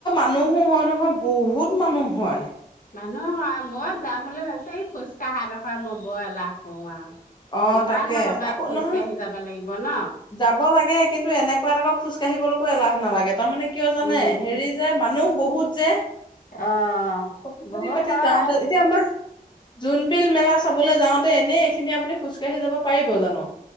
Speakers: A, on the left; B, on the left.
A: মানু্হহো হয় নহয় বহুত মানুহ হয়।
B: মানুহ হয়, মই যাম বুলি ভাবিছোঁ, এই খোজ কাঢ়াটো মই বৰ এলাহ কৰো আৰু।
A: অ',
B: ইমানডোখৰ
A: তাকে
B: বাট
A: আকৌ
B: খোজকাঢ়ি
A: নহয়,
B: যাব লাগিব ন
A: যাব লাগে কিন্তু এনেকুৱা জেগা খোজ কাঢ়ি <unintelligible> এলাহ নালাগে। তাৰমানে কিয় জানে,
B: উম
A: হেৰি যে মানুহ বহুত। যে
B: অ'
A: পাতি
B: বহুত
A: পাতি
B: হয়
A: যাওঁতে এতিয়া আমাৰ জোনবিল মেলা চাবলৈ যাওঁতে এনেই এইখিনি আপুনি খোজকাঢ়ি যাব পাৰিব জানো?